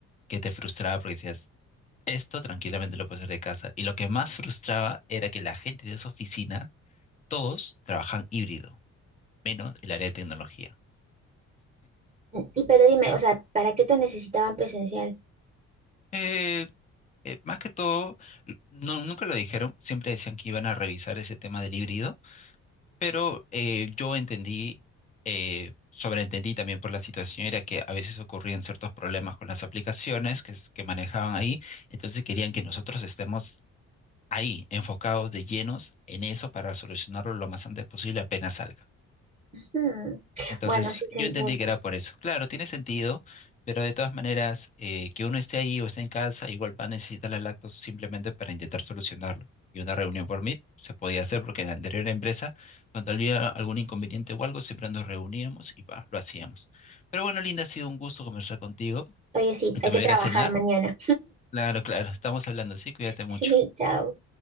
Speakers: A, on the left; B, on the right.
A: que te frustraba porque decías, esto tranquilamente lo puedo hacer de casa. Y lo que más frustraba era que la gente de esa oficina, todos trabajan híbrido, menos el área de tecnología.
B: Y pero dime, o sea, ¿para qué te necesitaban presencial?
A: Eh, eh, más que todo, no, nunca lo dijeron, siempre decían que iban a revisar ese tema del híbrido, Pero eh, yo entendí, eh, sobreentendí también por la situación, era que a veces ocurrían ciertos problemas con las aplicaciones que, es- que manejaban ahí, entonces querían que nosotros estemos ahí, enfocados de llenos en eso para solucionarlo lo más antes posible apenas salga.
B: Hmm.
A: Entonces,
B: Bueno, sí se
A: yo
B: entiende.
A: entendí que era por eso. Claro, tiene sentido, pero de todas maneras, eh, que uno esté ahí o esté en casa, igual va a necesitar las lactos simplemente para intentar solucionarlo. Y una reunión por Meet se podía hacer porque en la anterior empresa, cuando había algún inconveniente o algo, siempre nos reuníamos y pa, lo hacíamos. Pero bueno, Linda, ha sido un gusto conversar contigo.
B: Oye, sí,
A: Te
B: hay
A: me
B: que
A: voy
B: trabajar
A: a ir a cenar.
B: mañana.
A: Claro, claro, estamos hablando, sí, cuídate mucho.
B: Sí, chao.